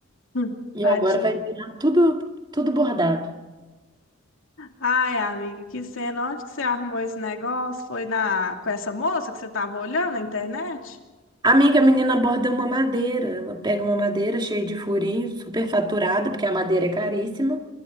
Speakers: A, on the left; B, on the right.
A: Hum,
B: e
A: tadinho.
B: agora vai virar tudo, tudo bordado.
A: Ai, amiga, que cena. Onde que você arrumou esse negócio? Foi na com essa moça que você tava olhando na internet?
B: Amiga, a menina borda uma madeira. Ela pega uma madeira cheia de furinho, super faturada, porque a madeira é caríssima,